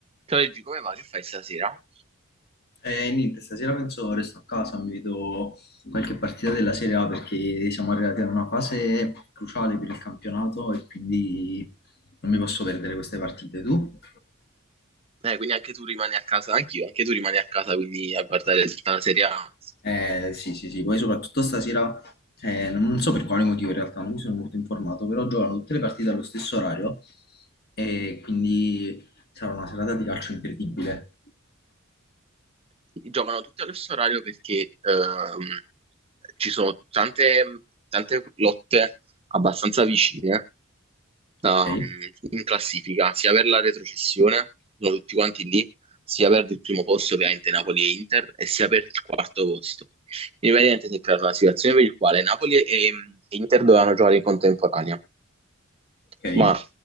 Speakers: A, on the right; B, on the left.
A: Ciao Luigi, come va? Che fai stasera?
B: Eh, niente, stasera penso resto a casa, mi vedo qualche partita della Serie A perché siamo arrivati a una fase cruciale per il campionato e quindi non mi posso perdere queste partite. Tu?
A: Eh, quindi anche tu rimani a casa, anch'io, anche tu rimani a casa, quindi a guardare tutta la Serie A.
B: Eh, sì, sì, sì, poi soprattutto stasera, eh, non so per quale motivo in realtà, non mi sono molto informato, però giocano tutte le partite allo stesso orario e quindi sarà una serata di calcio imperdibile.
A: Giocano tutti allo stesso orario perché ehm, ci sono tante, tante lotte abbastanza vicine da-
B: Ok?
A: in classifica, sia per la retrocessione, sono tutti quanti lì, sia per il primo posto, ovviamente Napoli e Inter, e sia per il quarto posto. Quindi praticamente si è creata una situazione per il quale Napoli e e Inter dovevano giocare in contemporanea.
B: Ok?
A: Ma